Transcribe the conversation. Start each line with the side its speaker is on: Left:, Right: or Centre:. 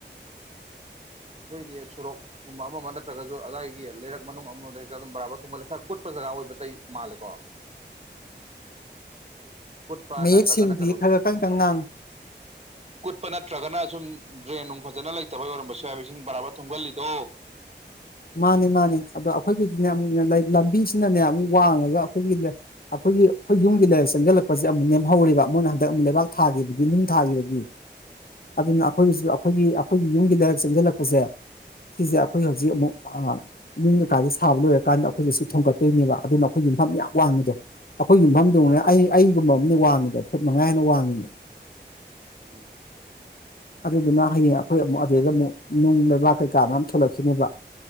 Right: ꯑꯩꯈꯣꯏꯒꯤ ꯁꯣꯔꯣꯛꯀꯨꯝꯕ ꯑꯃ ꯑꯃ ꯅꯠꯇ꯭ꯔꯒꯁꯨ ꯑꯗꯥꯏꯒꯤ ꯂꯩꯔꯛ ꯃꯅꯨꯡ ꯑꯃꯗ ꯍꯦꯛꯇ ꯑꯗꯨꯝ ꯕꯔꯥꯕꯔ ꯊꯣꯡꯉꯥꯂꯤ ꯈꯔ ꯀꯨꯠꯄ ꯖꯒꯥ ꯑꯣꯏꯕꯇꯩ ꯃꯥꯜꯂꯦꯀꯣ ꯀꯨꯠꯄ
Left: ꯃꯌꯦꯛ
Right: ꯅꯠꯇ꯭ꯔꯒꯅ
Left: ꯁꯦꯡꯗꯤ
Right: ꯀꯩꯅꯣ
Left: ꯈꯔ ꯀꯟ ꯀꯟ ꯉꯥꯡꯉꯨ
Right: ꯀꯨꯠꯄ ꯅꯠꯇ꯭ꯔꯒꯅ ꯁꯨꯝ ꯗ꯭ꯔꯦꯟ ꯅꯨꯡ ꯐꯖꯅ ꯂꯩꯇꯕꯩ ꯑꯣꯏꯔꯝꯕꯁꯨ ꯌꯥ ꯏꯁꯤꯡ ꯕꯔꯥꯕꯔ ꯊꯨꯝꯒꯜꯂꯤꯗꯣ
Left: ꯃꯥꯅꯦ ꯃꯥꯅꯦ ꯑꯗ ꯥ ꯑꯩꯈꯣꯏꯒꯤꯗꯤꯅꯦ ꯑꯃꯨꯛꯅꯦ ꯂꯝꯕꯤꯁꯤꯅꯅꯦ ꯑꯃꯨꯛ ꯋꯥꯡꯉꯒ ꯑꯩꯈꯣꯏꯒꯤ ꯑꯩꯈꯣꯏꯒꯤ ꯑꯩꯈꯣꯏ ꯌꯨꯝꯒꯤ ꯂꯩꯏꯔꯛ ꯆꯪꯁꯤꯜꯂꯛꯄꯁꯦ ꯑꯃꯨꯛ ꯅꯦꯝꯍꯧꯔꯤꯕ ꯃꯣꯏꯅ ꯍꯟꯗꯛ ꯑꯃꯨꯛ ꯂꯩꯕꯥꯛ ꯊꯥꯈꯤꯕꯒꯤ ꯅꯨꯡ ꯊꯥꯈꯤꯕꯒꯤ ꯑꯗꯨꯅ ꯑꯩꯈꯣꯏꯒꯤꯁꯨ ꯑꯩꯈꯣꯏꯒꯤ ꯑꯩꯈꯣꯏꯒꯤ ꯌꯨꯝꯒꯤꯗ ꯆꯪꯁꯤꯜꯂꯛꯄꯁꯦ ꯁꯤꯁꯦ ꯑꯩꯈꯣꯏ ꯍꯧꯖꯤꯛ ꯑꯃꯨꯛ ꯑꯥ ꯌꯨꯝ ꯀꯀꯥꯗꯤ ꯁꯥꯕ ꯂꯣꯏꯔꯀꯥꯟꯗ ꯑꯩꯈꯣꯏꯁꯦ ꯁꯤ ꯊꯣꯡꯒꯠꯇꯣꯏꯅꯦꯕ ꯑꯗꯨꯅ ꯑꯩꯈꯣꯏ ꯌꯨꯝꯐꯝ ꯌꯥꯝ ꯋꯥꯡꯉꯤꯗꯣ ꯑꯩꯈꯣꯏ ꯌꯨꯝꯐꯝꯗꯣ ꯑꯩ ꯑꯩꯒꯨꯝꯕ ꯑꯃꯅꯦ ꯋꯥꯡꯉꯤꯗꯣ ꯐꯨꯠ ꯃꯉꯥ ꯍꯦꯟꯅ ꯋꯥꯡꯉꯤꯅꯦ
Right: ꯎꯝ
Left: ꯑꯗꯨꯗꯨꯅ ꯍꯌꯦꯡ ꯑꯩꯈꯣꯏ ꯑꯃꯨꯛ ꯑꯗꯨꯩꯗ ꯑꯃꯨꯛ ꯅꯨꯡ ꯂꯩꯕꯥꯛ ꯀꯩꯀꯥ ꯃꯌꯥꯝ ꯊꯣꯛꯂꯛꯈꯤꯅꯦꯕ